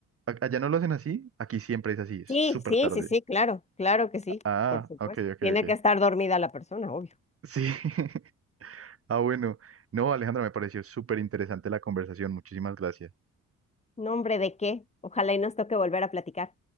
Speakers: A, on the right (about 50°); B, on the left (about 20°).
A: A- Allá no lo hacen así, aquí siempre es así, es
B: Sí,
A: súper
B: sí,
A: tarde.
B: sí, sí, claro, claro que sí,
A: Ah,
B: por supuesto.
A: ok, ok,
B: Tiene
A: ok.
B: que estar dormida la persona, obvio.
A: Sí. <laughs> Ah, bueno. No, Alejandra, me pareció súper interesante la conversación. Muchísimas gracias.
B: No, hombre, ¿de qué? Ojalá y nos toque volver a platicar.